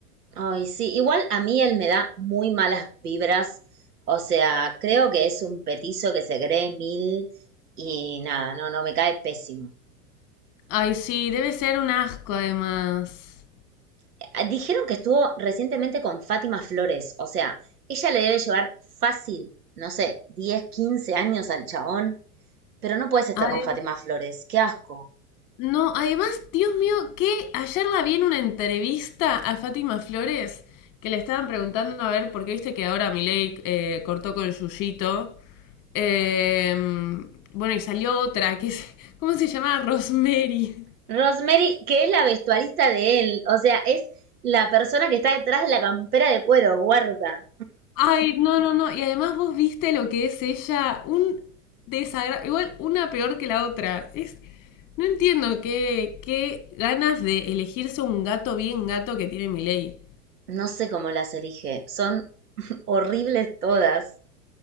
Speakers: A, on the right; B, on the left.
A: Ay, sí, igual a mí él me da muy malas vibras. O sea, creo que es un petizo que se cree mil y nada, no, no, me cae pésimo.
B: Ay, sí, debe ser un asco además.
A: Eh, Dijeron que estuvo recientemente con Fátima Flores. O sea, ella le debe llevar fácil, no sé, 10, 15 años al chabón. Pero no puedes estar
B: Adem-
A: con Fátima Flores, qué asco.
B: no, además, Dios mío, que ayer la vi en una entrevista a Fátima Flores que le estaban preguntando a ver, porque viste que ahora Milei eh, cortó con Yuyito Eh, bueno, y salió otra, que es, ¿cómo se llama? Rosemary.
A: Rosemary, que es la vestuarista de él, o sea, es la persona que está detrás de la campera de cuero, guarda.
B: Ay, no, no, no. Y además vos viste lo que es ella, un desagrado, igual una peor que la otra. Es, no entiendo qué, qué ganas de elegirse un gato bien gato que tiene Miley.
A: No sé cómo las elige, son <laughs> horribles todas.